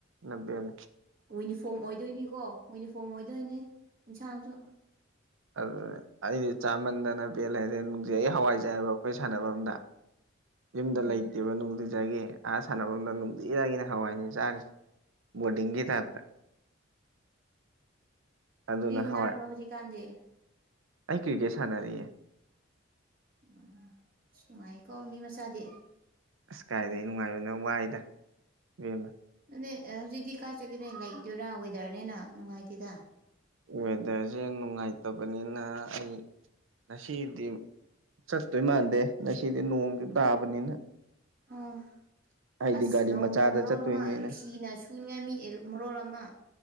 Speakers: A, on the right (about 85°); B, on the right (about 50°).
A: ꯂꯕ ꯂꯩ꯫
B: ꯋꯨꯅꯤꯐꯣꯔꯝ ꯑꯣꯏꯗꯣꯏꯅꯤꯀꯣ ꯋꯨꯅꯤꯐꯣꯔꯝ ꯑꯣꯏꯗꯣꯏꯅꯤ ꯏꯟꯁꯥꯡꯁꯨ
A: ꯑꯗꯨ ꯑꯩꯗꯤ ꯆꯥꯃꯟꯗꯅ ꯄꯦꯜꯂꯦꯔꯦ ꯅꯨꯡꯗꯤ ꯑꯩ ꯍꯋꯥꯏꯖꯔꯑꯕ ꯑꯩꯈꯣꯏ ꯁꯥꯟꯕꯥꯝꯗ ꯌꯨꯝꯗ
B: ꯎꯝ
A: ꯂꯩꯇꯦꯕ ꯅꯨꯡꯗꯤ ꯆꯥꯥꯏꯒꯦ ꯑꯥ ꯁꯥꯟꯅꯕꯝꯗ ꯅꯨꯡꯗꯤ ꯖꯥꯒꯤꯏꯒꯤꯅ ꯍꯋꯥꯏꯅꯤ ꯆꯥꯔꯤꯁꯦ꯫ ꯕꯣꯔꯗꯤꯡꯒꯤ ꯇꯥꯏꯄꯇ ꯑꯗꯨꯅ ꯍꯋꯥꯏ
B: ꯈꯨꯅꯥꯔꯕ꯭ꯔꯣ ꯍꯧꯖꯤꯛꯀꯥꯟꯗꯤ
A: ꯑꯩ ꯀ꯭ꯔꯤꯀꯦꯠ ꯁꯥꯟꯅꯔꯤꯑꯌꯦ꯫
B: ꯎꯝ ꯅꯨꯡꯉꯥꯏꯀꯣ ꯃꯤ ꯃꯆꯥꯗꯤ
A: ꯑꯁ ꯀꯥꯏꯗꯒꯤ ꯅꯨꯡꯉꯥꯏꯕꯅ ꯋꯥꯏꯗ ꯏꯕꯦꯝꯅ
B: ꯑꯗꯨꯅꯦ ꯍꯧꯖꯤꯛꯇꯤ ꯀꯥꯏ ꯆꯠꯀꯦꯅꯦ ꯂꯩꯗꯣꯏꯔꯥ ꯋꯦꯗꯔꯅꯦꯅ ꯅꯨꯡꯉꯥꯏꯇꯦꯗ
A: ꯋꯦꯗꯔꯁꯦ ꯅꯨꯡꯉꯥꯏꯇꯕꯅꯤꯅ ꯑꯩ ꯉꯁꯤꯗꯤ ꯆꯠꯇꯣꯏ ꯃꯥꯟꯗꯦ ꯉꯁꯤꯗꯤ ꯅꯣꯡꯁꯨ ꯇꯥꯕꯅꯤꯅ
B: ꯍꯣꯏ
A: ꯑꯩꯗꯤ
B: ꯑꯁ
A: ꯒꯥꯔꯤ
B: ꯅꯣꯡꯅ
A: ꯃꯆꯥꯗ
B: ꯃꯔꯣꯜ
A: ꯆꯠꯇꯣꯏꯅꯤꯅ
B: ꯑꯃ ꯐꯤꯅ ꯁꯨꯅꯤꯡꯉꯥꯏ ꯃꯤ ꯃꯣꯜ ꯑꯃ